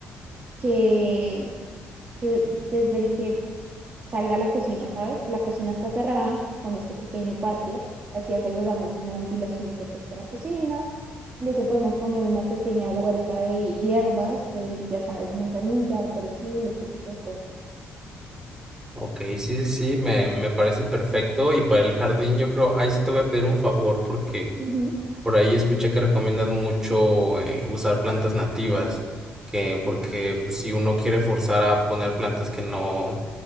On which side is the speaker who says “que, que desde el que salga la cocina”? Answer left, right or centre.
Right